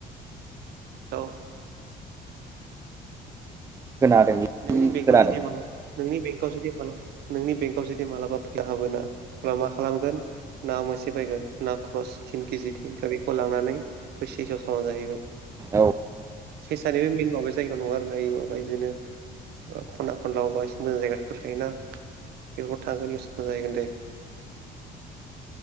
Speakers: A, on the right; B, on the right.
A: <unintelligible>
B: खोनादों जि
A: नोंनि बेंगआव
B: खोनादों
A: जुदि <unintelligible> नोंनि बेंकआव जुदि नोंनि बेंकआव जुदि मालाबा फैसा हाबोना अब्ला मा खालामगोन ना मोनसे बायगोन ना क्रस थिन केजिनि ओमफ्राय बेखौ लांनानै आव सावनानै जाहैगोन
B: औ
A: सेसानि बे मेन माबा जायगायाव नङा आरोना माबा बिदिनो खना खनला अबेबा एसे मोजां जायगाफोर थायोना बेफोरखौ थांगोन इउस मोजां जाहैगोन दे